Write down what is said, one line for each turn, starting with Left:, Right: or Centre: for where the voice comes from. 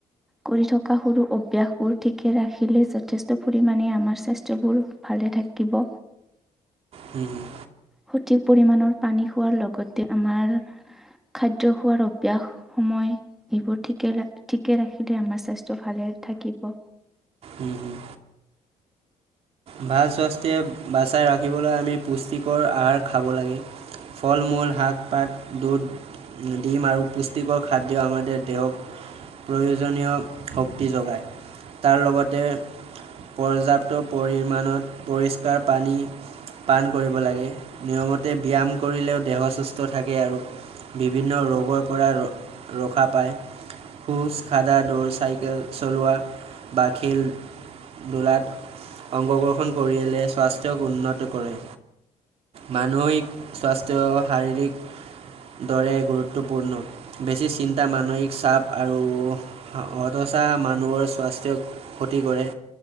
Centre: কৰি থকা সৰু অভ্যাসবোৰ ঠিকে ৰাখিলে যথেষ্ট পৰিমাণে আমাৰ স্বাস্থ্যবোৰ ভালে থাকিব।
Right: হ'ম হ'ম।
Centre: সঠিক পৰিমাণৰ পানী খোৱাৰ লগতে আমাৰ খাদ্য খোৱাৰ অভ্যাস সময় এইবোৰ ঠিকে ঠিকে ৰাখিলে। আমাৰ স্বাস্থ্য ভালে থাকিব।
Right: উম, উম। ভাল স্বাস্থ্য বাচাই ৰাখিবলৈ আমি পুষ্টিকৰ আহাৰ খাব লাগে। ফল-মূল, শাক-পাত, দুধ ডিম আৰু পুষ্টিকৰ খাদ্য আমাৰ দেহক প্ৰয়োজনীয় শক্তি যোগায়। তাৰ লগতে পৰ্যাপ্ত পৰিমাণত পৰিষ্কাৰ পানী পান কৰিব লাগে নিয়মতে ব্যায়াম কৰিলেও দেহ সুস্থ থাকে আৰু বিভিন্ন ৰোগৰ পৰা ৰ ৰখা পায়। খোজ খাদা, দৌৰ চাইকেল চলোৱা বা খেল ধুলাত অংশগ্ৰহণ কৰিলে স্বাস্থ্যক উন্নত কৰে। মানসিক স্বাস্থ্য শাৰীৰিক দৰে গুৰুত্বপূৰ্ণ। বেছি চিন্তা মানসিক চাপ আৰু হতচা মানুহৰ স্বাস্থ্য ক্ষতি কৰে,